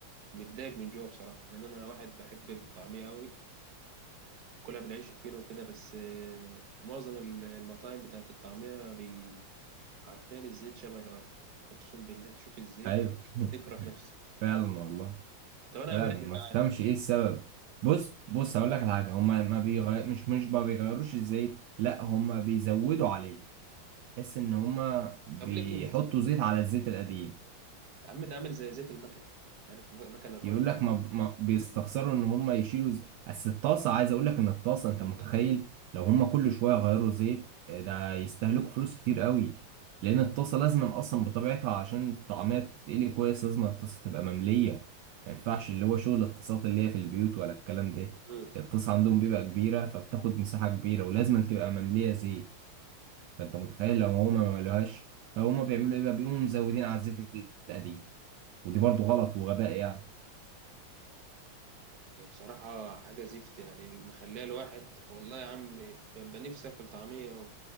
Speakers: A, on the right (about 55°); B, on the right (about 75°).
A: متضايق من جوه بصراحه لان انا واحد بحب الطعميه قوي كلها بالعيش الفينو وكده بس آه، معظم المطاعم بتاعت الطعميه عارفين الزيت شبه الارض اقسم بالله تشوف الزيت
B: ايوه
A: تكره
B: <laughs>
A: نفسك
B: فعلا والله
A: طب انا
B: فعلا
A: اعمل ايه
B: ما
A: يا
B: تفهمش
A: جدعان؟
B: ايه السبب بص بص هقول لك على حاجه هما ما بيغير مش مش ما بيغيروش الزيت لا هما بيزودوا عليه تحس ان هما بيحطوا
A: طب ليه كده
B: زيت على الزيت القديم
A: يا عم ده عامل زي زيت المكن عارف م- مكن الري
B: يقول لك ما, ما بيستخسروا ان هم يشيلوا ز... بس الطاسه عايز اقول لك ان الطاسه انت متخيل لو هم كل شويه غيروا زيت آه، ده يستهلكوا فلوس كتير قوي لان الطاسه لازم اصلا بطبيعتها عشان الطعميه تتقلي كويس لازم الطاسه تبقى ممليه ما ينفعش اللي هو شغل الطاسات اللي هي في البيوت ولا الكلام ده
A: مم.
B: الطاسه عندهم بيبقى كبيره فبتاخد مساحه كبيره ولازم تبقى ممليه زيت فانت متخيل لو هم ما ملوهاش لو هم بيعملوا ايه بقى بيقوموا مزودين على الزيت القديم ودي برضو غلط وغباء يعني
A: هي بصراحة حاجة زفت يعني مخليها الواحد والله يا عم ببقى نفسي آكل طعمية و-